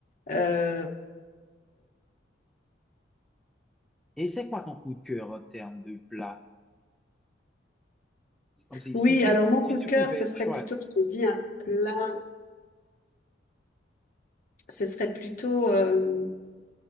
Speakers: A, on the left; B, in the centre.
A: Euh,
B: Et c'est quoi ton coup de cœur en termes de plat? Comme si,
A: oui,
B: si tu,
A: alors mon
B: si
A: coup
B: tu
A: de cœur,
B: pouvais
A: ce serait
B: choisir,
A: plutôt, je te dis, un plat, ce serait plutôt, euh,